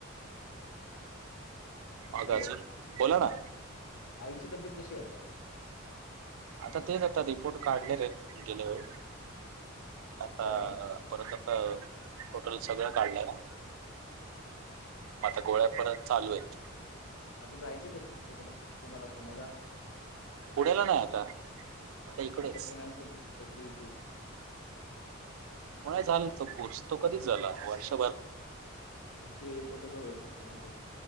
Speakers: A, on the right (about 80°); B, on the left (about 75°).
A: ह.
B: हॅलो,
A: गाजून बोला ना.
B: आईची तब्येत कशी आहे आता?
A: आता तेच आता रिपोर्ट काढले आहेत गेल्या वेळ.. आता
B: अच्छा.
A: परत आता डोटल सगळं काढलं ना.. म आता गोळ्या परत चालू आहेत..
B: आता जायचंय का तुम्हाला पुण्याचा..
A: पुण्याला नाही आता आता इकडेच
B: अच्छा पुण्याच... ते तेच..
A: कोणा झालं त कोर्स तो कधीच झाला वर्ष..
B: ओके एक वर्षा हो पुण्याून..